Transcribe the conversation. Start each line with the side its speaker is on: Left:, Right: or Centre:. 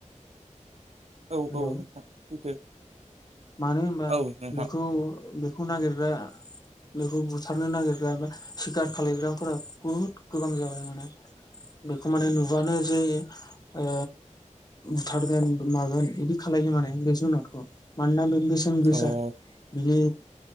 Right: औ-औ
Left: हेलौ
Right: नोंथां सैथो।
Left: मानो होनबा
Right: औ नोंथां
Left: बेखौ बेखौ नागिरग्रा बेखौ बुथारनो नागिरग्रा बा सिखार खालायग्राफोरा बुहुद गोबां जाबाय माने। बेखौ माने नुबानो जै ओ बुथारगोन मागोन बिदि खालायो माने बे जुनारखौ मानोना बेसेन गोसा
Right: औ
Left: बिनि